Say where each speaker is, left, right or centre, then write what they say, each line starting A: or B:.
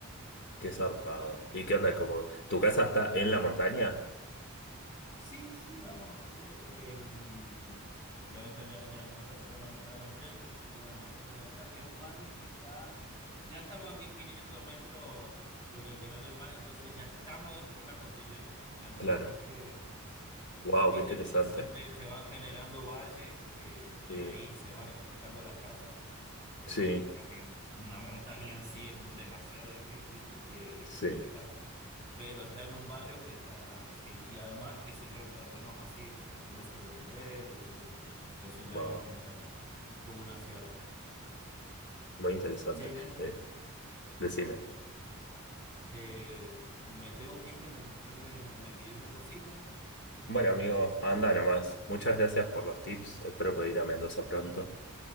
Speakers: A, on the left (about 55°); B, on the left (about 25°).
A: qué zarpado. ¿Y qué onda? Como, ¿tu casa está en la montaña?
B: Sí, sí, digamos, yo, em, eh, bueno, esto ya, ya es montaña, tengo una montaña enfrente, tengo una montaña atrás, es un barrio que está, ya estamos a 1500 metros sobre el nivel del mar, entonces ya estamos dentro de la cordillera, ya no,
A: Claro.
B: no es que,
A: Wow,
B: viste
A: qué interesante.
B: que siempre se van generando valles eh, y
A: Sí,
B: ahí se van edificando las casas, porque
A: sí,
B: también una montaña en sí es demasiado difícil eh,
A: sí.
B: edificar pero está en un barrio que está así. Y además, qué sé yo, el terreno es así, porque tiene sus desniveles, su... entonces ya
A: Wow,
B: es montaña, como una sierra.
A: muy interesante.
B: Che, Inaki,
A: Eh, decime.
B: eh, me tengo que ir, que mi mujer me, me pidió una cosita.
A: Bueno,
B: Eh,
A: amigo, anda nomás. Muchas gracias por los tips. Espero poder ir a Mendoza pronto.